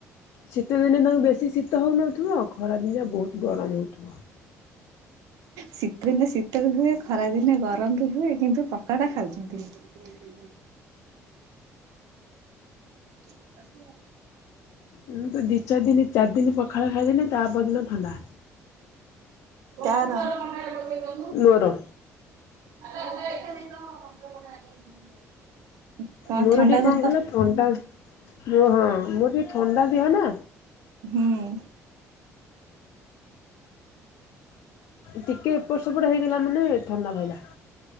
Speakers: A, on the left; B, on the right.
A: ଶୀତ ଦିନେ ତାଙ୍କ ବେଶୀ ଶୀତ ହେଉନଥିବ, ଖରାଦିନଆ ବହୁତ ଗରମ ହେଉଥିବ।
B: ଶୀତ ଦିନେ ଶୀତ ବି ହୁଏ, ଖରାଦିନେ ଗରମ ବି ହୁଏ, କିନ୍ତୁ ପକାଳ ଖାଉଛନ୍ତି। <unintelligible> <inaudible>
A: ମୁଁ ତୁ ଦୁଇ ଚାରି ଦିନ, ଚାରି ଦିନ, ପଖାଳ ଖାଇଦେନି ତାପଦିନ ଥଣ୍ଡା।
B: କାର <unintelligible>
A: ମୋର
B: <unintelligible> କଣ
A: ମୋର
B: ଥଣ୍ଡା
A: ଟିକିଏ
B: ଧରିଦବ
A: କଣ କହିଲ, ଥଣ୍ଡା ମୋ ହଁ ମୋର ଟିକିଏ ଥଣ୍ଡା ଦିହ ନା?
B: ହୁଁ ଉଁ
A: ଟିକେ ଏପଟ ସେପଟ ହେଇଗଲା ମାନେ ଥଣ୍ଡା ଧଇଲା।